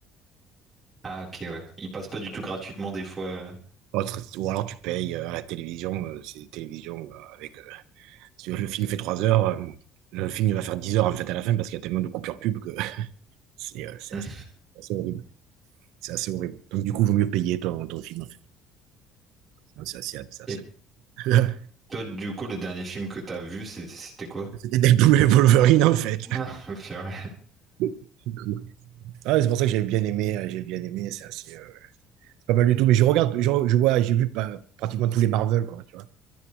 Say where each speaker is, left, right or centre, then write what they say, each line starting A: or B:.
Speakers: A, on the right (about 15°); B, on the right (about 75°).
A: Ah ok, ouais. Il passe pas du tout gratuitement des fois. euh.
B: Autre- Ou alors, tu payes euh, à la télévision. euh, C'est une télévision euh, avec. euh, si le film fait trois heures, euh, le film, il va faire 10 heures, en fait, à la fin, parce qu'il y a tellement de coupures pub que <laughs> c'est euh, c'est
A: Hum.
B: assez, c'est assez horrible. C'est assez horrible. Donc, du coup, il vaut mieux payer ton, ton film, en fait. Non, C'est assez, c'est assez-
A: Et
B: <laughs>
A: toi, du coup, le dernier film que t'as vu, c'est- c'était quoi?
B: C'était Deadpool et Wolverine, en fait.
A: <laughs> Ah, c'est vrai.
B: <laughs> Du coup. Ah, c'est pour ça que j'ai bien aimé. euh, J'ai bien aimé. C'est assez. euh, pas mal du tout. Mais je regarde, je, je vois, j'ai vu pas, pratiquement tous les Marvel, quoi, tu vois.